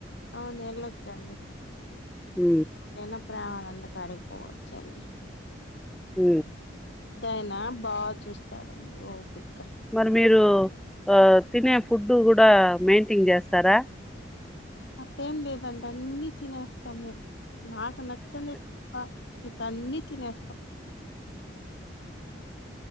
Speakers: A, on the left; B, in the centre.
A: అవును వెళ్ళొచ్చండి
B: హ
A: ఎప్పుడైనా ప్రేమానంద క అడిగిపోవచ్చు అండి
B: హ
A: యినా బాగా చూస్తాడండి ఓ పిక్
B: మరి మీరు ఆ తినే ఫుడ్ కూడా మెయింటైన్ చేస్తారా
A: అట్టేం లేదండి అన్నిీ తినేస్తాం మేం నాకు నచ్చంది తప్ప ఇ త అన్నిీ తినేస్తాం